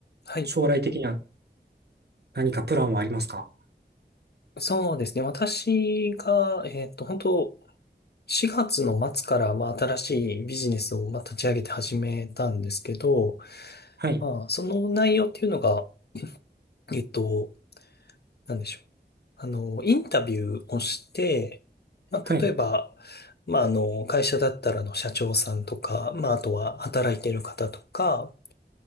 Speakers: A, on the left (about 65°); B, on the right (about 65°).
A: はい。
B: 将来的には何かプランはありますか
A: そうですね。私が、えっと、本当4月の末から、まあ、新しいビジネスを、まあ、立ち上げて始めたんですけど、
B: はい、
A: まあ、その内容っていうのが、えっと、なんでしょう。あの、インタビューをして、まあ、
B: はい、
A: 例えば、まあ、あの、会社だったらあの社長さんとか、まあ、あとは働いている方とか、